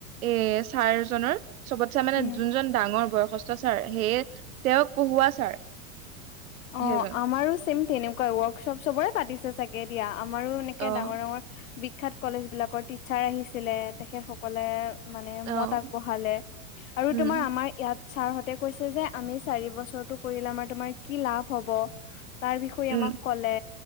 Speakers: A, on the right; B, on the left.
A: এ ছাৰজনৰ চবত ছাৰ মানে
B: উম
A: যোনজন ডাঙৰ বয়সস্থ ছাৰ সেয়ে তেওঁক পঢ়ুৱা ছাৰ।
B: অ',
A: সেইজন
B: আমাৰো ছেম তেনেকুৱা ৱৰ্কশ্বপ চবৰে পাতিছে চাগে দিয়া। আমাৰো এনেকে
A: অ',
B: ডাঙৰ ডাঙৰ বিখ্যাত কলেজ বিলাকৰ টিচাৰ আহিছিলে তেখেতসকলে মানে
A: অ'।
B: মত আগবঢ়ালে আৰু
A: উম
B: তোমাৰ আমাৰ ইয়াত ছাৰহঁতে কৈছে যে আমি চাৰি বছৰটো কৰিলে আমাৰ তোমাৰ কি লাভ হব তাৰ বিষয়ে
A: উম
B: আমাক ক'লে